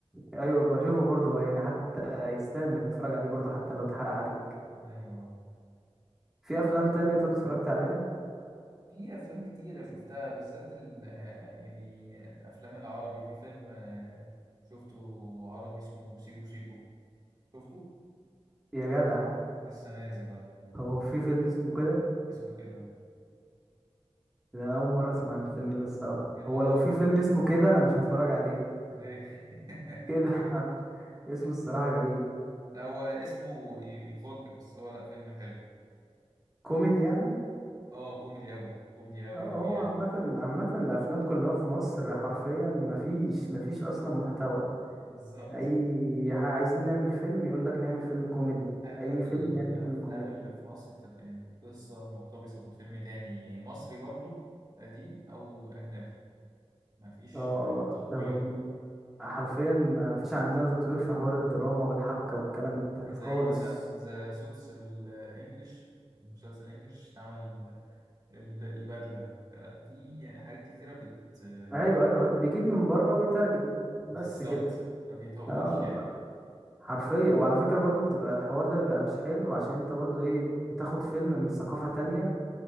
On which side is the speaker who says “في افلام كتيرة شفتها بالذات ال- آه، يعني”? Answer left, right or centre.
Right